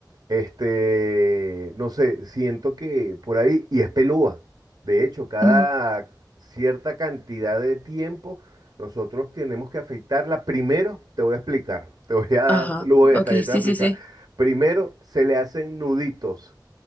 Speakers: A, on the right; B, on the left.
A: este, no sé, siento que por ahí, y es pelúa. De hecho, cada
B: Ujú.
A: cierta cantidad de tiempo nosotros tenemos que afeitarla. Primero, te voy a explicar, te voy a dar
B: Ajá.
A: lujo de detalle,
B: Ok,
A: te
B: sí,
A: voy a explicar.
B: sí, sí.
A: Primero, se le hacen nuditos